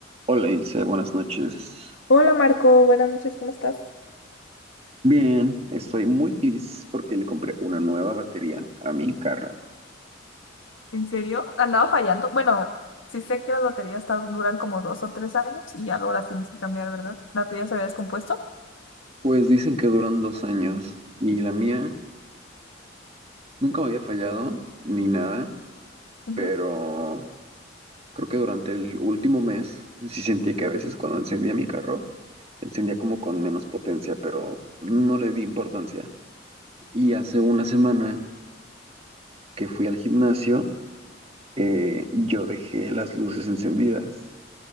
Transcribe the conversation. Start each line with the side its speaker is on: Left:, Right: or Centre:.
Right: Hola Ilse, buenas noches.
Left: Hola Marco, buenas noches, ¿cómo estás?
Right: Bien, estoy muy feliz porque le compré una nueva batería a mi carro.
Left: ¿En serio? Andaba fallando. Bueno, sí sé que las baterías tan- duran como dos o tres años y ya luego las tienes que cambiar, ¿verdad? ¿La tuya se había descompuesto?
Right: Pues dicen que duran dos años y la mía nunca me había fallado ni nada,
Left: Ujú.
Right: pero creo que durante el último mes sí sentí que a veces cuando encendía mi carro, encendía como con menos potencia, pero no le di importancia. Y hace una semana que fui al gimnasio, eh, yo dejé las luces encendidas